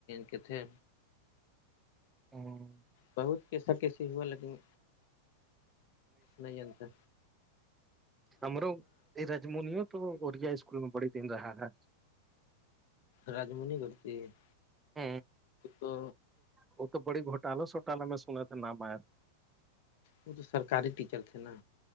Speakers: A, on the left; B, on the right.
A: کے تھے
B: ہاں <unintelligible>
A: بہت کیسا کیسیے ہوا لیکن نہیں انتا
B: ہمرو رج منی تو اوریا اسکول میں بڑی تٹیم رہا ہے
A: رجمنی کرتی <unintelligible>
B: ہ
A: تو
B: وہ تو بڑی گھوٹالا سھوٹالا میں سنا تھاے نام آیات
A: وہ تو سرکاری ٹیچر تھے نا